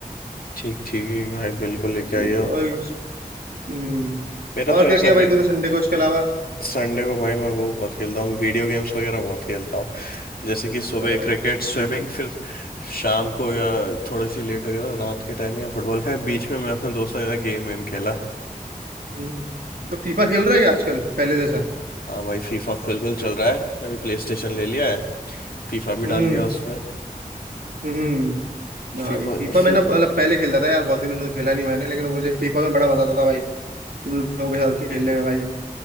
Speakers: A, on the left; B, on the right.
A: ठीक ठीक है भाई बिल्कुल लेके आइयो
B: ठीक है और हम्म
A: मेरा तो
B: और
A: ऐसा
B: क्या किया भाई
A: भी
B: तूने संडे को इसके अलावा
A: संडे को भाई मैं वो बहुत खेलता हूँ वीडियो गेम्स वगैरह बहुत खेलता हूँ जैसे कि सुबह
B: अरे भाई
A: क्रिकेट स्विमिंग फिर शाम को या थोड़ी सी लेट हो गया तो रात के टाइम या फुटबॉल खेला बीच में मैं अपने दोस्तों के साथ गेम वेम खेला
B: हम्म तो फीफा खेल रहा है क्या आजकल पहले जैसा
A: हाँ भाई फीफा बिल्कुल चल रहा है अभी प्ले स्टेशन ले लिया है फीफा भी
B: हम्म
A: डाल लिया उसमें
B: हम्म
A: फीफा
B: हाँ ये फीफा
A: फी
B: मैंने मतलब पहले खेलता था यार बहुत दिनों से तो खेला नहीं मैंने लेकिन मुझे फीफा में बड़ा मजा आता था भाई तुम लोगों के साथ खेलने में भाई